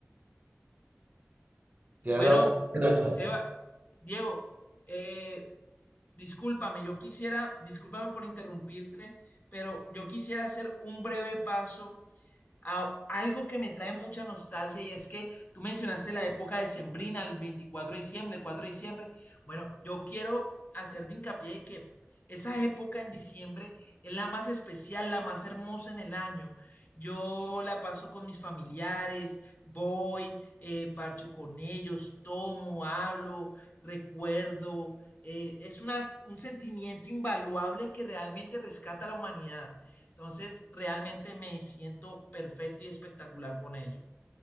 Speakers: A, on the right; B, on the left.
A: Tienes
B: Bueno,
A: razón en eso.
B: Seba, Diego, eh, discúlpame, yo quisiera, discúlpame por interrumpirte, pero yo quisiera hacer un breve paso a algo que me trae mucha nostalgia y es que tú mencionaste la época decembrina, el 24 de diciembre, el 4 de diciembre. Bueno, yo quiero hacerte hincapié de que esa época en diciembre es la más especial, la más hermosa en el año. Yo la paso con mis familiares, voy, eh, parcho con ellos, tomo, hablo, recuerdo. eh, es una, un sentimiento invaluable que realmente rescata a la humanidad. Entonces, realmente me siento perfecto y espectacular con ello.